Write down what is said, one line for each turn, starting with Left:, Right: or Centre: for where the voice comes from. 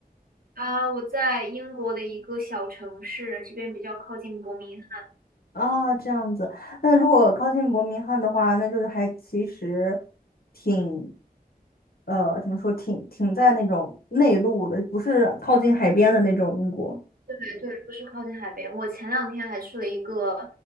Right: 啊，我在英国的一个小城市，这边比较靠近伯明
Left: 哦，这样子。那如果靠近伯明翰的话，那就是还其实挺，呃，怎么说，挺挺在那种内陆的，不是靠近海边的那种英国。
Right: 对，不是靠近海边。我前两天还去了一个